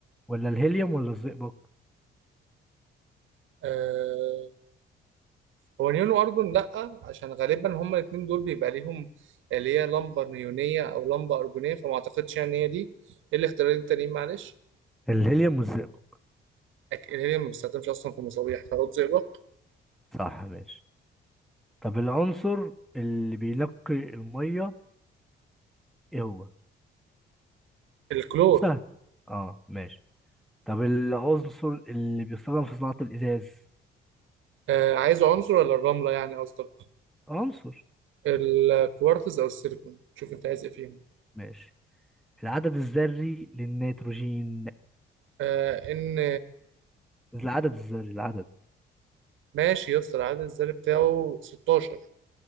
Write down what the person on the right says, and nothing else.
آه هو نيون واردون لا عشان غالبا هما الاثنين دول بيبقى ليهم اللي هي لمبه نيونيه او لمبه ارجونيه فما اعتقدش يعني هي دي إيه الاختيارين التانيين معلش
أك- الهيليوم ما بيستخدمش اصلا في مصابيح خلاط زئبق
الكلور
آه عايز عنصر ولا الرمله يعني قصدك
الكوارتز او السيليكون شوف انت عايز ايه فيهم
آه ان
ماشي يا اسطى العدد الذري بتاعه 16